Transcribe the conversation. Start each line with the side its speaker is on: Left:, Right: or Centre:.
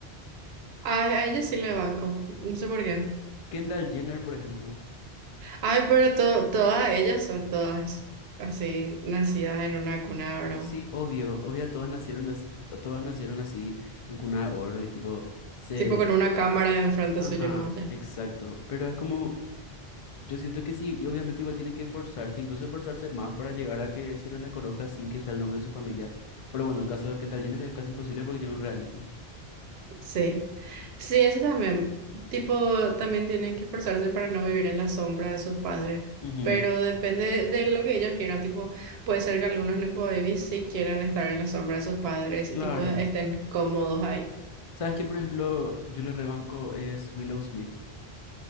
Right: Ay, a ella sí le banco, no sé por qué.
Left: Kendall Jenner, por ejemplo.
Right: Ay, pero to- todas ellas son todas así, nacidas en una cuna, bro.
Left: Sí, obvio, obvio, todas nacieron, as- todas nacieron así en cuna de oro y tipo, se...
Right: Tipo con una cámara enfrente
Left: Ajá,
Right: suyo nomás
Left: exacto. Pero es como... Yo siento que sí, y obviamente igual tiene que forzarse, incluso forzarse más para llegar a que se le reconozca sin que sea el nombre de su familia. Pero bueno, el caso de Kendall Jenner es casi imposible porque tiene un reality.
Right: Sí, sí, eso también, tipo, también tienen que esforzarse para no vivir en la sombra de sus padres,
Left: Ujú,
Right: pero depende de lo que ellos quieran, tipo, puede ser que algunos nepo babies sí quieran estar en la sombra de sus padres
Left: Claro.
Right: y tipo estén cómodos ahí,
Left: ¿Sabes quién, por ejemplo, yo le rebanco es Willow Smith?